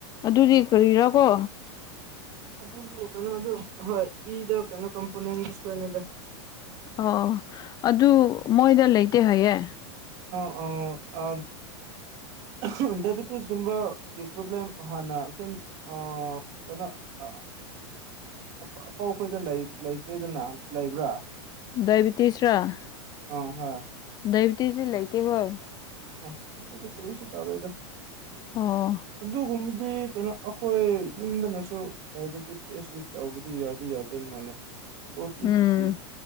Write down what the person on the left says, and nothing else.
ꯑꯗꯨꯗꯤ ꯀꯔꯤꯔꯀꯣ
ꯑꯣ ꯑꯗꯨ ꯃꯣꯏꯗ ꯂꯩꯇꯦ ꯍꯥꯏꯌꯦꯦ
ꯗꯏꯕꯤꯦꯇꯤꯁ ꯔ <inaudible>
ꯗꯕꯤꯇꯁꯤ ꯂꯩꯇ ꯍꯣꯏ
ꯑꯣ
ꯎꯝ